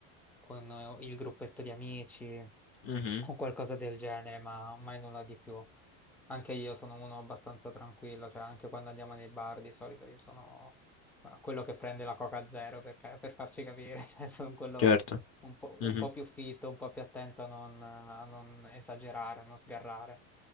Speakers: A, in the centre; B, on the left.
A: con il gruppetto di amici
B: Mhm,
A: o qualcosa del genere, ma mai nulla di più. Anche io sono uno abbastanza tranquillo, cioè anche quando andiamo nei bar di solito io sono eh, quello che prende la Coca Zero perché- per farci capire, <laughs> cioè sono quello
B: certo.
A: un po',
B: Mhm,
A: un po' più fitto, un po' più attento a non, a non esagerare, a non sgarrare.